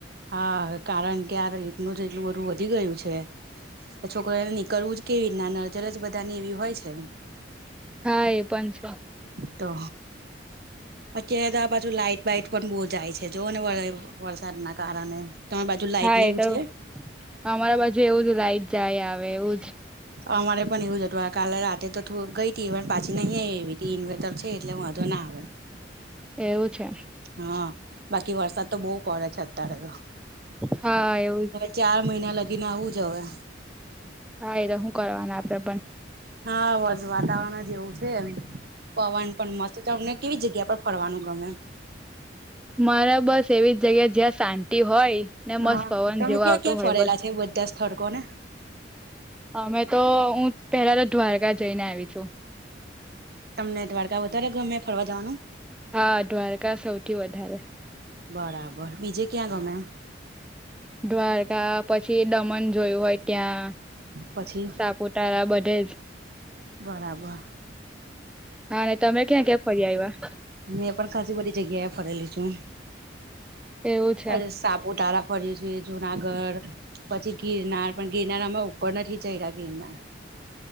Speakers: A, on the right; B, in the centre.
A: હા કારણ કે રેપ નું જે એટલુ બધું વધી ગયું છે તો છોકરીઓ ને નીકરવું જ કેવી રીતે નજર જ બધા ને એવી હોય છે
B: હા એ પણ છે
A: તો અત્યારે તો આ બાજુ લાઈટ બાઈટ પણ બહુ જાય છે જો ને વ વરસાદના કારણે તમારી બાજુ લાઈટ
B: હા
A: ને
B: એ
A: એવું
B: તો
A: છે
B: અમારા બાજુ એવું જ લાઈટ જાય આવે એવું જ
A: અમારે પણ એવું જ હતું કાલે રાતે તો થોડું ગઈ હતી પણ પાછી નહી એવી ઇન્વેટર છે એટલે વાંધો ના આવે
B: એવું છે
A: હા બાકી વરસાદ તો બહુ પડે છે અત્યારે તો
B: હા એવું જ
A: ચાર મહિના લગીને આવું જ હવે
B: હા એ તો શું કરવાના આપ તબન
A: હા બસ વાતાવરણ જ એવું છે એમ પવન પણ મસ્ત તમને કેવી જગ્યા પર ફરવાનું ગમે
B: મારા બસ એવી જગ્યા જ્યાં શાંતિ હોય ને
A: હા
B: મસ્ત પવન
A: તમે
B: જેવો
A: ક્યાં
B: આવતો
A: ક્યાં
B: હોય
A: ફરેલા
B: બસ
A: છે બધા સ્થળકો ને
B: અમે તો હું પેલા તો દ્વારકા જઈને આવી છું
A: તમને દ્વારકા વધારે ગમે ફરવા જવાનું
B: હા દ્વારકા સૌથી વધારે
A: બરાબર બીજે ક્યાં ગમે
B: દ્વારકા પછી દમણ જોયું હોય ત્યાં
A: પછી
B: સાપુતારા બધે જ
A: બરાબર
B: હા ને તમે ક્યાં ક્યાં ફરી આવ્યા
A: મેં પણ ખાાસી બધી જગ્યાએ ફરેલી છું
B: એવું છે
A: અ સાપુતારા ફર્યું છે જુનાગઢ પછી ગિરનાર પણ ગિરનાર આમાં ઉપર નથી ચડ્યા ગિરનાર